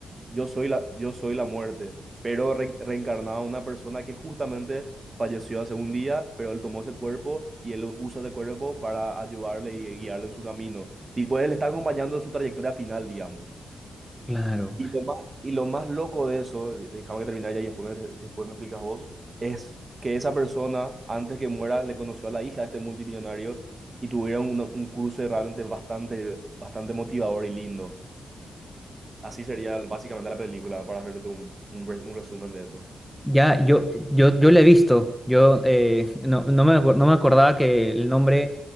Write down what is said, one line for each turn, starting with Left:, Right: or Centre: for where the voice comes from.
Right: yo soy la, yo soy la muerte, pero re- reencarnado a una persona que justamente falleció hace un día, pero él tomó ese cuerpo y él usa ese cuerpo para ayudarle y guiarle en su camino. Tipo, él está acompañando en su trayectoria final, digamos.
Centre: claro.
Right: Y lo más, y lo más loco de eso, de- déjame que termine ya y después me, después me explicas vos, es que esa persona, antes que muera, le conoció a la hija de este multimillonario y tuvieron una- un cruce realmente bastante, bastante motivador y lindo. Así sería básicamente la película, para hacerte un, un, re- un resumen de eso.
Centre: Ya, yo, yo, yo la he visto. Yo eh, no, no me, acu- no me acordaba que el nombre,